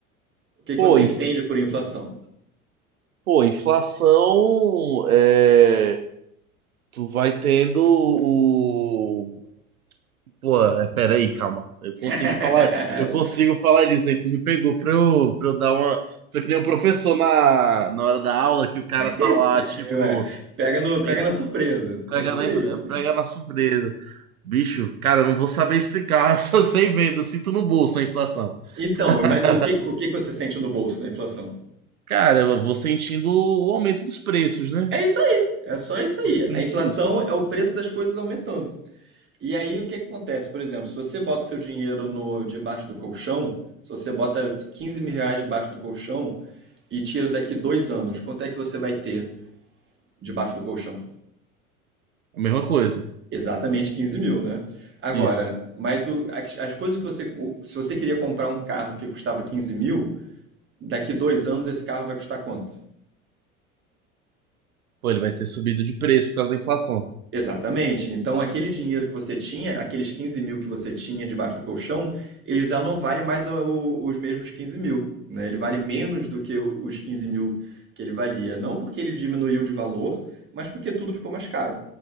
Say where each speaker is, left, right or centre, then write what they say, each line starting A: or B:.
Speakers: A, on the right; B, on the right.
A: O que que
B: Pô,
A: você
B: inf-
A: entende por inflação?
B: pô, inflação é. Tu vai tendo o. Pô, é, pera aí, calma. Eu consigo
A: <laughs>
B: falar, eu consigo falar disso aí. Tu me pegou pra eu, pra eu dar uma. Foi que nem um professor na, na hora da aula que o cara tá
A: Isso,
B: lá, tipo,
A: ué. Pega no,
B: pens-
A: pega na surpresa.
B: pega
A: É isso
B: na,
A: aí.
B: pega na surpresa. Bicho, cara, eu não vou saber explicar, <laughs> eu só sei vendo, eu sinto no bolso a inflação.
A: Então,
B: <laughs>
A: mas o que, o que que você sente no bolso da inflação?
B: Cara, eu vou sentindo o aumento dos preços, né?
A: É isso aí, é só isso aí.
B: Basicamente
A: A inflação
B: isso.
A: é o preço das coisas aumentando. E aí o que que acontece? Por exemplo, se você bota o seu dinheiro no debaixo do colchão, se você bota 15 mil reais debaixo do colchão e tira daqui dois anos, quanto é que você vai ter debaixo do colchão?
B: A mesma coisa.
A: Exatamente 15 mil, né? Agora,
B: Isso.
A: mas o- as as coisas que você. o- Se você queria comprar um carro que custava 15 mil, daqui dois anos esse carro vai custar quanto?
B: Pô, ele vai ter subido de preço por causa da inflação.
A: Exatamente. Então, aquele dinheiro que você tinha, aqueles 15 mil que você tinha debaixo do colchão, ele já não vale mais a- o- os mesmos 15 mil, né? Ele vale menos do que o- os 15 mil que ele valia. Não porque ele diminuiu de valor, mas porque tudo ficou mais caro.